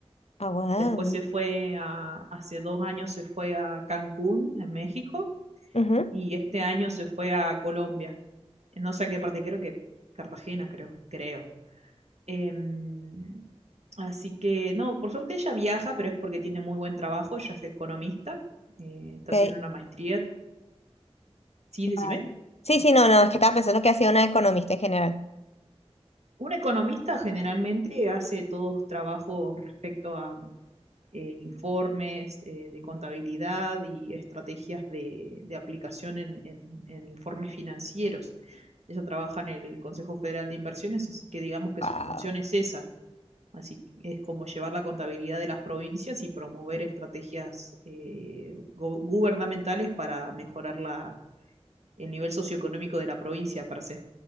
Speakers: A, on the left (about 70°); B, on the right (about 75°).
A: Ah, wow
B: después se fue a, hace dos años se fue a Cancún, en México,
A: Ujú,
B: y este año se fue a Colombia. No sé a qué parte, creo que Cartagena, creo, creo. Em, Así que, no, por suerte ella viaja, pero es porque tiene muy buen trabajo, ella es economista, eh, está
A: ok.
B: haciendo una maestría. Sí,
A: Va.
B: decime.
A: Sí, sí, no, no, es que estaba pensando que hacía una economista en general.
B: Un economista generalmente hace todos trabajos respecto a mm, eh, informes eh, de contabilidad y estrategias de, de aplicación en, en- en informes financieros. Ella trabaja en el Consejo Federal de Inversiones, así que digamos que
A: Wow.
B: su función es esa. Así es como llevar la contabilidad de las provincias y promover estrategias eh, gu- gubernamentales para mejorar la- el nivel socioeconómico de la provincia per se.